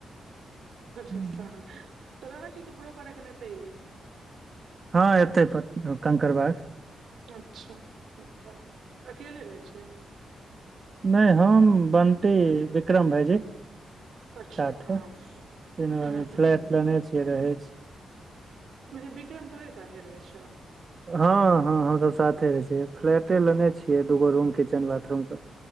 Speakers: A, on the right (about 40°); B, on the right (about 75°).
A: नहि।
B: अच्छा सन तऽ रहै छी तू परोपर एखन एतैेए
A: हँ एतै प कंकड़बाग
B: अच्छा ओकर अकेले रहै छियै
A: नै हम बंटी विक्रम भाइजी
B: अच्छा
A: साठ
B: हँ
A: तीनो
B: हूं
A: आदमी फ्लैट
B: हूं
A: लेने छियै रहै छै
B: मने बिक्रम तोरे साथे रहै छौ
A: हँ हँ हमसब साथे रहै छिय फ्लैटे लेने छियै दूगो रूम किचेन बाथरूम के